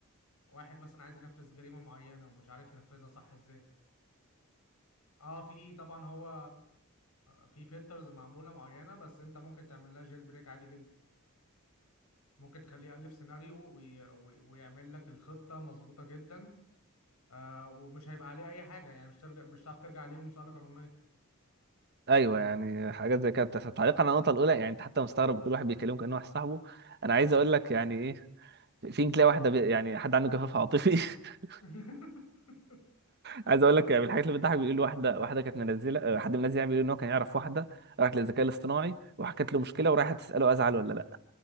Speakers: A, on the left; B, on the right.
A: واحد مثلا عايز ينفذ جريمة معينة ومش عارف ينفذها صح ازاي اه في طبعا هو في فلترز معمولة معينة بس انت ممكن تعمل لها جيل بريك عادي جدا ممكن تخليه يألف سيناريو وي... وي- ويعمل لك الخطة مظبوطة جدا آه ومش هيبقى عليه اي حاجة يعني مش ترجع مش هتعرف ترجع عليه بمسألة قانونية
B: ايوه يعني حاجات زي كده بس تعليقا على النقطه الاولى يعني انت حتى مستغرب بتقول واحد بيكلمه كانه واحد صاحبه انا عايز اقول لك يعني ايه في يمكن تلاقي واحده بي... يعني حد عنده جفاف عاطفي <laughs>
A: <laughs>
B: عايز اقول لك يعني من الحاجات اللي بتضحك بيقول واحده واحده كانت منزله آه، حد منزل يعني بيقول ان هو كان يعرف واحده راحت للذكاء الاصطناعي وحكت له مشكله وراحت تساله ازعل ولا لا